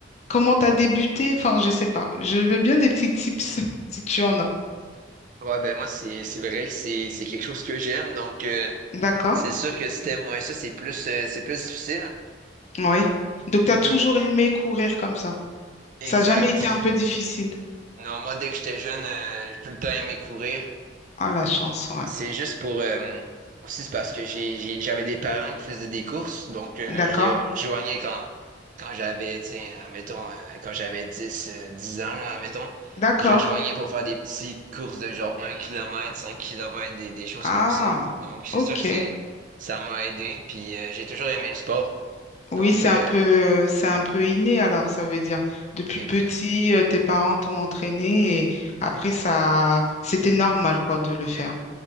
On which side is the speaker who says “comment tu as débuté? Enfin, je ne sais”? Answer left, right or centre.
Left